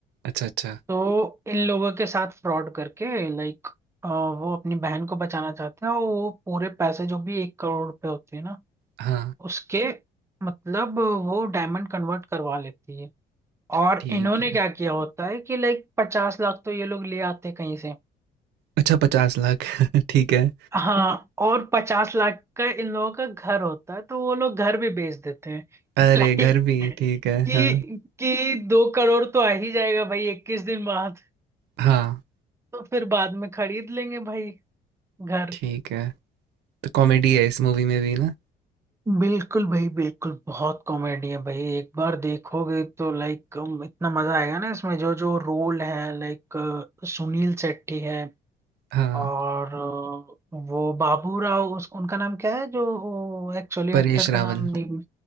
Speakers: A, on the right; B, on the right.
A: अच्छा अच्छा
B: तो इन लोगों के साथ फ्रॉड करके लाइक वो अपनी बहन को बचाना चाहते हैं और वो पूरे पैसे जो भी एक करोड़ रुपए होते हैं ना
A: हाँ
B: उसके मतलब वो डायमंड कन्वर्ट करवा लेती है और
A: ठीक
B: इन्होंने
A: है
B: क्या किया होता है कि लाइक पचास लाख तो ये लोग ले आते हैं कहीं से
A: अच्छा पचास लाख <laughs> ठीक है
B: हाँ और पचास लाख का इन लोगों का घर होता है तो वो लोग घर भी बेच देते हैं
A: अरे
B: <laughs> लाइक
A: घर भी
B: कि
A: ठीक है हाँ
B: कि दो करोड़ तो आ ही जाएगा भाई इक्कीस दिन बाद
A: हाँ
B: तो फिर बाद में खरीद लेंगे भाई घर
A: ठीक है तो कॉमेडी है इस मूवी में भी ना
B: बिल्कुल भाई बिल्कुल बहुत कॉमेडी है भाई एक बार देखोगे तो लाइक इतना मजा आएगा ना इसमें जो जो रोल है लाइक सुनील शेट्टी है
A: हाँ
B: और अ, वो बाबू राव उस उनका नाम क्या है जो एक्चुअली
A: परेश
B: एक्टर का
A: रावल
B: नाम नहीं